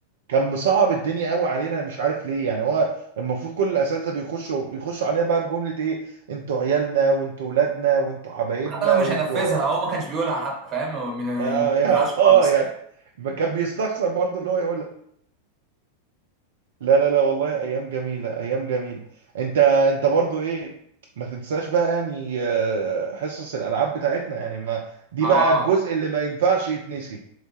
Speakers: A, on the right; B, on the right.
A: كان مصعب الدنيا قوي علينا أنا مش عارف ليه يعني هو المفروض كل الاساتذه بيخشوا بيخشوا علينا بقى بجمله ايه انتوا عيالنا وانتوا ولادنا وانتوا حبايبنا
B: حتى لو مش
A: وانتوا
B: هنفذها هو ما كانش بيقولها حتى فاهم
A: اه
B: ما
A: يا
B: بيقولهاش
A: <laughs>
B: خالص
A: اه يعني ما كان بيستخسر برضه اللي هو يقول لا لا لا والله ايام جميله ايام جميله انت انت برضو ايه ما تنساش بقى يعني آه، حصص الالعاب بتاعتنا يعني ما دي
B: اه
A: بقى الجزء اللي ما ينفعش يتنسي